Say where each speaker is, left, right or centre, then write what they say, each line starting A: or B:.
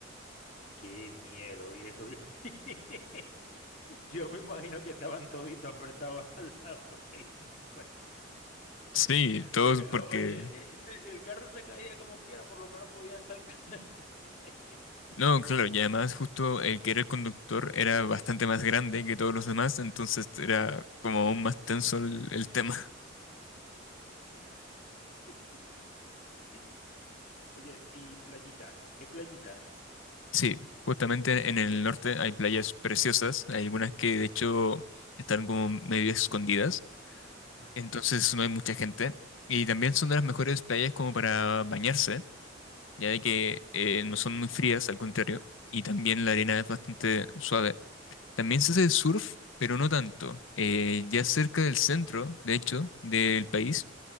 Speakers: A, on the left; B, on the left.
A: Qué miedo, viejo. <laughs> Yo me imagino que estaban toditos apretados al lado del <laughs>
B: Sí, todos
A: Porque,
B: porque...
A: o- oye, eh, eh, si, si el carro se caía como quiera, por lo menos podían saltar. <laughs> Uy, eh.
B: No, claro, y además justo el que era el conductor era bastante más grande que todos los demás, entonces era como aún más tenso el, el tema. <laughs>
A: Mm, Mira. <laughs> Oye, y playita, ¿hay playita?
B: Sí, justamente en el norte hay playas preciosas, hay algunas que de hecho están como medio escondidas
A: Ujú,
B: entonces no hay mucha gente. Y también son de las mejores playas como para bañarse, ya de que eh, no son muy frías, al contrario. Y también la
A: ujú,
B: arena es bastante suave. También se hace surf, pero no tanto. Eh, ya cerca del centro, de hecho, del país,